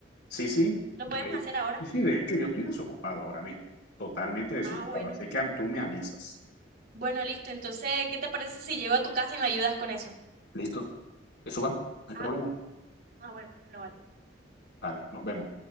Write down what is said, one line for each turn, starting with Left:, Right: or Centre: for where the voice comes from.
Left: Sí, sí,
Right: ¿Lo
Left: de,
Right: podemos hacer ahora?
Left: sí, sí, de hecho yo estoy desocupado ahora mismo, totalmente desocupado.
Right: Ah, bueno.
Left: Así que tú me avisas.
Right: Bueno, listo. Entonces, ¿qué te parece si llego a tu casa y me ayudas con eso?
Left: ¿Listo? Eso va, no hay problema.
Right: Ah, ah, bueno, vale.
Left: Vale, nos vemos.